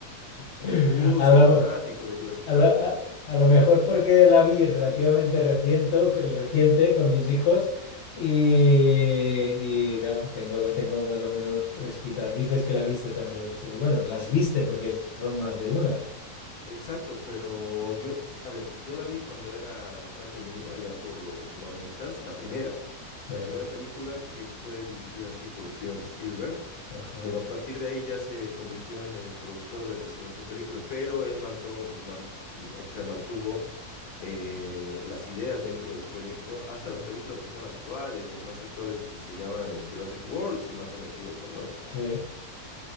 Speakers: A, on the left; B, on the left.
A: <laughs>
B: Uh,
A: A
B: soy
A: la-
B: fanático de Jurassic
A: a
B: Park,
A: lo, a-
B: yo.
A: a lo mejor porque la vi relativamente reciente, el reciente con mis hijos y, y, claro, tengo, la tengo más o menos fresquita. Dices que la viste también. Seguro- Bueno, las viste porque son más de una.
B: Exacto, pero yo, a ver, yo la vi cuando era bastante niño, allá por los noventas, la primera,
A: Sí.
B: la primera película que fue dirigida así por Steven Spielberg,
A: Ajá.
B: pero a partir de ahí ya se convirtió en el productor de las siguientes películas, pero él mantuvo, o sea, mantuvo eh, las ideas dentro del proyecto hasta las películas que son actuales, las más actuales que se llaman Jurassic World, si más no me equivoco, ¿no?
A: Sí.